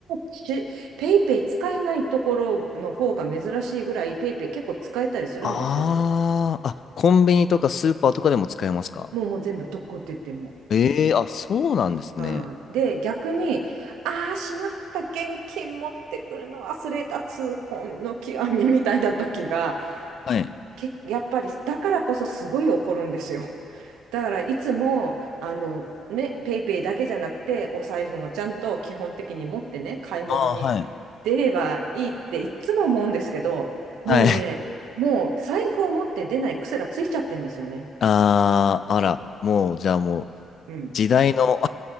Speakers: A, on the right (about 75°); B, on the left (about 60°).
A: しペイペイ使えないところの方が珍しいぐらい、ペイペイ結構使えたりするんですよ。
B: ああ、あ、コンビニとかスーパーとかでも使えますか
A: もうもう全部どこって言っても。
B: ええーあ、そうなんですね。
A: はい。で、逆に、ああ、しまった、現金持ってくるの忘れた、痛恨の極みみたいな時が、
B: はい。
A: け、やっぱり、だからこそすごい怒るんですよ。だから、いつも、あの、ね、ペイペイだけじゃなくて、お財布もちゃんと基本的に持ってね、買い物に出ればいいっていつも思うんですけど、
B: ああ、はい。
A: もうね、
B: はい。
A: もう財布を持って出ない癖がついちゃってんですよね。
B: <laughs> ああ、あら、もう、じゃあもう、
A: うん。
B: 時代の